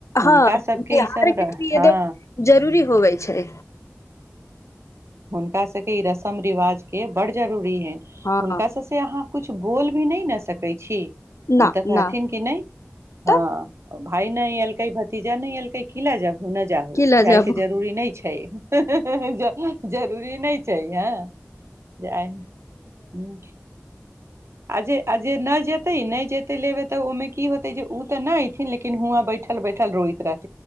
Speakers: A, on the right (about 60°); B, on the left (about 70°).
A: हुनका
B: हँ
A: सभके
B: बिहार
A: ईसभ
B: के
A: रह
B: लिए
A: हँ
B: तऽ जरूरी होबै छै
A: तोरा सके ई रसम रिवाज के बडड जरूरी है
B: हँ
A: हुनका सब से अहाँ किछु बोल भी नहि न सकै छी
B: ना
A: ओ तऽ कहथिन
B: ना
A: कि नहि
B: तऽ
A: हँ भाय न अलकै भतीजा नहि अलकै कीला लजैब हुं न जाहो
B: की लऽ
A: जायके
B: जाबू
A: जरूरी नहि छै हां हां हां जरूरी नहि छै हँ जाइ ह आजय आजय न जे ते नहि जेते लेबे तऽ ओहिमे की होते जे उ तऽ न ऐथिन लेकिन हुआं बैठल बैठल रोइत रहथि